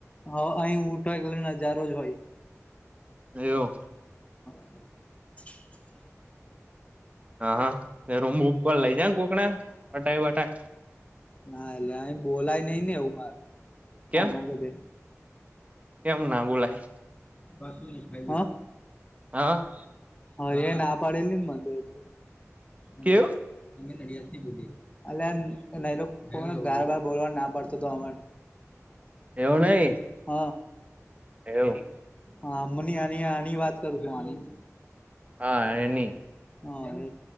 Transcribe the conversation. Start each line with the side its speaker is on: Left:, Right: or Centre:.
Left: હ હ અહી ઉઠો એટલે નજારો જ હોય
Right: એયો
Left: <inaudible>
Right: હા રૂમ ઉપર લઈ જા કોકના- વટાઈ વટા
Left: ના એટલે અ બોલાય નઈ ને એવું મારે
Right: કેમ
Left: આમાં બધે
Right: કેમ ના બોલાય
Left: બાશું દેખાઈ હ.
Right: હા અ
Left: હા એ ના પાડેલી ને મનતો એટલે અમે
Right: કેવું
Left: અમે નડિયાદ થી બોલીએ. અલ્યા નયલો કોને ગાળ બાળ બોલવાન ના પાડ તો તો અમન
Right: એવું નહી
Left: હ.
Right: એવું
Left: હા મની આની આની વાત કરું છું આની.
Right: હા એની.
Left: હા એની